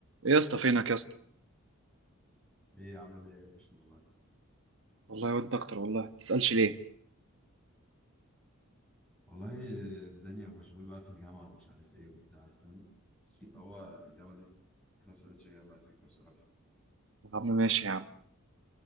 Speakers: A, on the right; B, in the centre.
A: ايه يا اسطى فينك يا اسطى
B: ايه عامل ايه يا باشا والله
A: والله وانت اكتر والله ما تسالش ليه
B: والله الدنيا مشغول بقى في الجامعة ومش عارف ايه وبتاع فاهم بس اللي هو الجامعة دي ما سألتش جامعة سكتة بصراحة
A: يا عم ماشي يا عم